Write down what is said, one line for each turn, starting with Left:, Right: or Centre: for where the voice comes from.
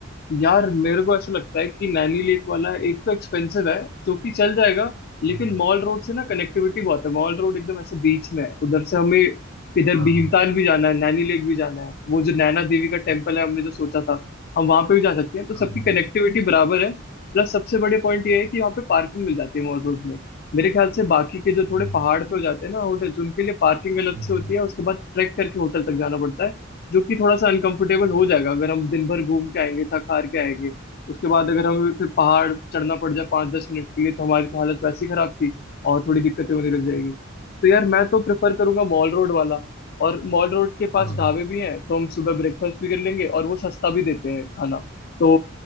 Left: यार मेरे को ऐसा लगता है कि नैनी लेक वाला एक तो एक्सपेंसिव है जो कि चल जाएगा लेकिन
Right: हम्म,
Left: मॉल रोड से ना कनेक्टिविटी बहुत है मॉल रोड एकदम ऐसे बीच में है उधर से हमें इधर
Right: हाँ
Left: भीमताल भी जाना है नैनी लेक भी जाना है वो जो नैना देवी का
Right: हाँ
Left: टेम्पल है हमने जो सोचा था हम वहां पे भी जा सकते हैं तो सबकी
Right: हाँ, हाँ,
Left: कनेक्टिविटी बराबर है प्लस सबसे बड़े पॉइंट ये है कि वहाँ पे पार्किंग मिल जाती है मॉल रोड में मेरे ख्याल से बाकी के जो थोड़े
Right: वही।
Left: पहाड़ पे हो जाते हैं ना होटल्स उनके लिए पार्किंग अलग
Right: हम्म,
Left: से होती है उसके बाद ट्रैक करके होटल तक जाना पड़ता है जो कि थोड़ा सा अनकंफर्टेबल
Right: हम्म,
Left: हो जाएगा अगर हम दिन भर घूम के आएंगे थक हार के आएंगे उसके बाद अगर हमें फिर पहाड़ चढ़ना पड़ जाए पाँच दस मिनट के लिए तो हमारी तो हालत वैसी खराब थी और थोड़ी दिक्कतें होने लग जाएगी
Right: हम्म, हम्म,
Left: तो यार मैं तो प्रेफर करूंगा मॉल रोड वाला और मॉल रोड के पास
Right: हाँ,
Left: ढाबे भी हैं तो हम सुबह ब्रेकफास्ट भी कर लेंगे और वो सस्ता भी देते हैं खाना तो